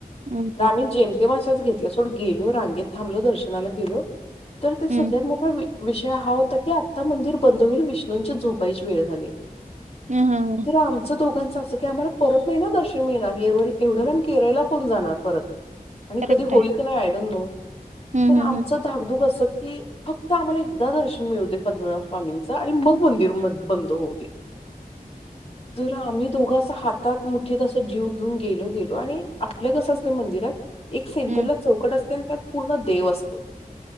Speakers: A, on the right; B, on the left.
A: हम्म
B: आम्ही जेमतेमशाच घेत. सोड गेलो रांगेत थांबलो दर्शनाला गेलो तर ते सगळ्यात
A: हम्म
B: मोठा विषय हा होता. की आता मंदिर बंद होईल विष्णूंच्या झोपाईची वेळ झाली
A: ह हा
B: तर आमच दोघां असं की आम्हाला परत नाही ना दर्शन मिळेणार एवढ्यालाम केरळला कोण जाणार परत. आणि
A: करेक्ट
B: कधी होईल
A: आहे
B: की नाही आयडोंट नो
A: हम्म
B: सर
A: हम्म
B: आमच धाकधूक अस. हे फक्त आम्हाला एकदा दर्शन मिळवते पद्मनाभ स्वामींचं आणि मग मंदिर बंद होऊते. जर आम्ही दोघांचा हातात मोठी तस जीव. घेऊन गेलो गेलो आणि आपल्या कस असते मंदिरात एक सेंटरला
A: हम्म हम्म हम्म
B: चौकट असते आणि त्या पूर्ण देव असतो